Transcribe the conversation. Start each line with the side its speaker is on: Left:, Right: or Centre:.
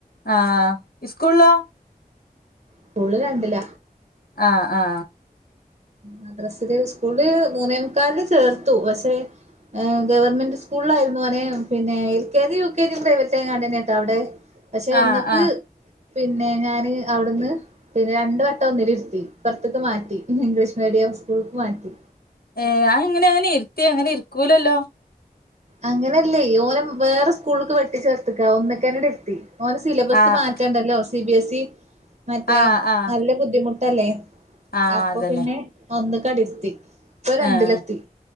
Left: ആ, സ്കുളിലോ?
Right: സ്കൂളിൽ രണ്ടില.
Left: ആ, ആ.
Right: മദ്രസ്സില് സ്കൂള് മൂന്നേമുക്കലിനു ചേർത്തു പക്ഷെ ഗവൺമെന്റ് സ്കൂളിലായിരുന്നു ഒന്. പിന്നെ L K G, U K G private ആയി കണ്ടന്നെ കേട്ടോ അവിടെ. പക്ഷെ
Left: ആഹ്
Right: ഒന്ന് ക്ക്
Left: ആഹ്
Right: പിന്നെ ഞാന് അവിടുന്ന് പിന്നെ രണ്ടു വട്ടം ഒന്നിൽ ഇരുത്തി. ഇപ്പറത്തേക്ക് മാറ്റി. ഇംഗ്ലീഷ് മീഡിയം സ്കൂൾക്ക് മാറ്റി.
Left: ഏ, എങ്ങനെ അയി നെ ഇരുത്തി. അങ്ങനെ ഇരിക്കൂലല്ലോ.
Right: അങ്ങനെയല്ലേ ഓനെ വേറെ സ്കൂളിലേക്ക് വെട്ടി ചേർത്ത് ക്കാ ഒന്ന് ക്കെന്നേ ഇരുത്തി. ഓന്റെ സിലബസ്
Left: ആഹ്
Right: മാറ്റാണ്ടല്ലോ. സി ബി എസ് ഇ മറ്റേ
Left: ആഹ് ആഹ്
Right: നല്ല ബുദ്ധിമുട്ടല്ലേ,
Left: ആഹ്
Right: അപ്പൊ
Left: അതന്നെ
Right: പിന്നെ ഒന്ന് കട് ഇരു ത്തി. ഇപ്പൊ രണ്ടിലെത്തി.
Left: ആഹ്